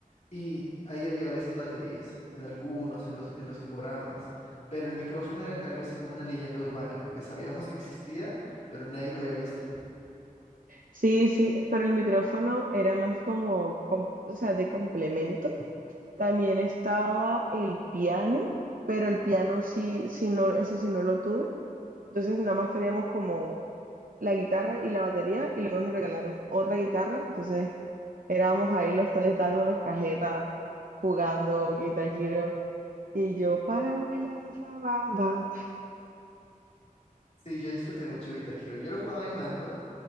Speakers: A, on the left (about 55°); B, on the right (about 70°).
A: Y ahí había a veces baterías, en algunos, en los, en los que cobraban más. Pero el micrófono era algo así como una leyenda urbana, porque sabíamos que existía, pero nadie lo había visto.
B: Sí, sí, pero el micrófono era más como, com- o sea, de complemento También estaba el piano, pero el piano sí, sí no, ese sí no lo tuve. Entonces nada más teníamos como la guitarra y la batería y luego nos regalaron otra guitarra. Entonces éramos ahí los tres dándonos cajeta, jugando Guitar Hero. Y yo para bailar la bamba.
A: Sí, yo disfruté mucho Guitar Hero. Yo lo jugaba en mando.